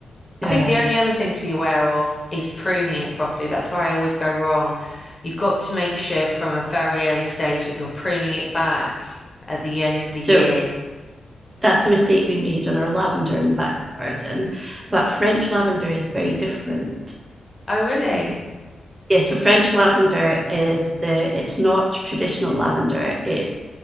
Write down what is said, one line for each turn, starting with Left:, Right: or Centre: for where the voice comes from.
Right: Yeah,
Left: I think the only other thing to be aware of is pruning it properly. That's where I always go wrong. You've got to make sure from a very early stage that you're pruning it back at the end of the
Right: so
Left: year.
Right: that's the mistake we made on our lavender in the back garden. But French lavender is very different.
Left: Oh, really?
Right: Yeah, so French lavender is the it's not traditional lavender. It